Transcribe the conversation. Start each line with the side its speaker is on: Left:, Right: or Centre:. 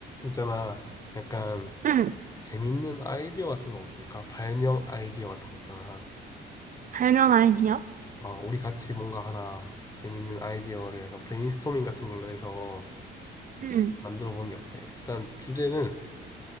Left: 있잖아. 약간
Right: 응,
Left: 재밌는 아이디어 같은 거 없을까? 발명 아이디어 같은 거 있잖아.
Right: 별명 아니요?
Left: 어, 우리 같이 뭔가 하나 재밌는 아이디어를 약간 브레인스토밍 같은 걸로 해서
Right: 응,
Left: 만들어 보는 게 어때? 일단 주제는